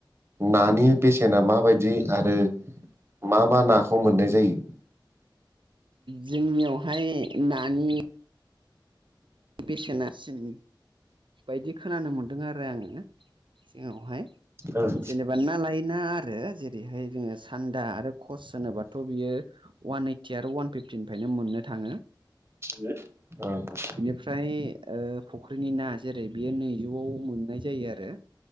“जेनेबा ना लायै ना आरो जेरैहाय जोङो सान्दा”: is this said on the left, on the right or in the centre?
Right